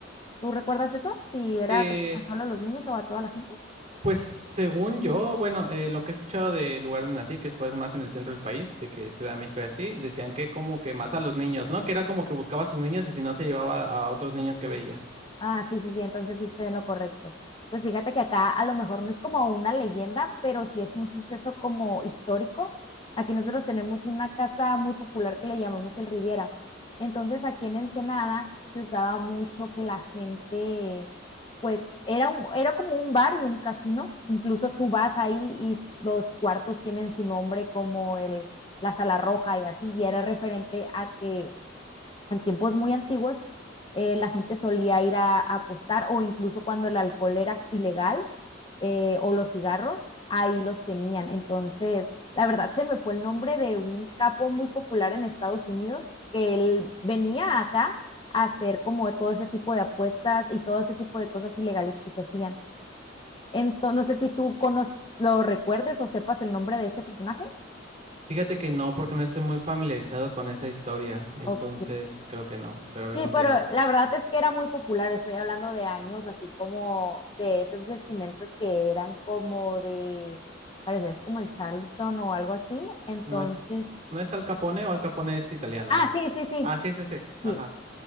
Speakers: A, on the left (about 25°); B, on the right (about 40°).
A: ¿Tú recuerdas eso? Si era
B: Eh,
A: como que solo a los niños o a toda la gente.
B: Pues según yo, bueno, eh, lo que he escuchado del lugar donde nací, que fue más en el centro del país, de que Ciudad de México y así, decían que como que más a los niños, ¿no? Que era como que buscaba a sus niños y si no se llevaba a otros niños que veía.
A: Ah, sí, sí, sí, entonces sí estoy en lo correcto. Pues fíjate que acá a lo mejor no es como una leyenda, pero sí es un suceso como histórico. Aquí nosotros tenemos una casa muy popular que le llamamos el Riviera. Entonces aquí en Ensenada se usaba mucho que la gente, pues era un, era como un bar y un casino. Incluso tú vas ahí y los cuartos tienen su nombre como el, la Sala Roja y así, y era referente a que en tiempos muy antiguos, eh, la gente solía ir a, a apostar o incluso cuando el alcohol era ilegal eh, o los cigarros, ahí los tenían. Entonces, la verdad se me fue el nombre de un capo muy popular en Estados Unidos que él venía acá a hacer como todo ese tipo de apuestas y todo ese tipo de cosas ilegales que se hacían. Entonces, no sé si tú conoces, lo recuerdes o sepas el nombre de ese personaje.
B: Fíjate que no, porque no estoy muy familiarizado con esa historia, entonces
A: Ok.
B: creo que no, pero a ver,
A: Sí,
B: continúa.
A: pero la verdad es que era muy popular, estoy hablando de años, así como de esas vestimentas que eran como de, parecías como el Charleston o algo así, entonces,
B: ¿No es, no es Al Capone o Al Capone es italiano?
A: ah, sí, sí, sí,
B: Ah, sí es ese,
A: sí,
B: ajá.